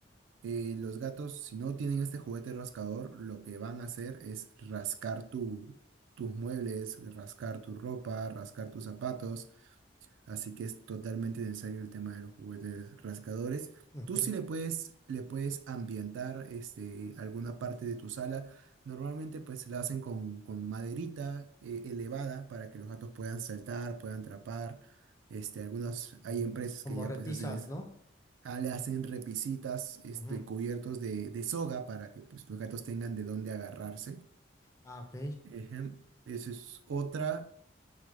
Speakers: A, on the right; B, on the left.
A: eh, los gatos, si no tienen este juguete rascador, lo que van a hacer es rascar tu, tus muebles, rascar tu ropa, rascar tus zapatos, Así que es totalmente necesario el tema de los juguetes rascadores.
B: ok.
A: Tú sí le puedes, le puedes ambientar este, alguna parte de tu sala. Normalmente pues la hacen con, con maderita eh, elevada para que los gatos puedan saltar, puedan trepar. Este, algunos,
B: ujú,
A: hay empresas
B: Como
A: que ya
B: repisas,
A: pues hacen es,
B: ¿no?
A: ah, le hacen repisitas, este,
B: Ujú,
A: cubiertos de, de soga para que pues tus gatos tengan de dónde agarrarse.
B: Ah, ok.
A: Ejem, Esa es otra.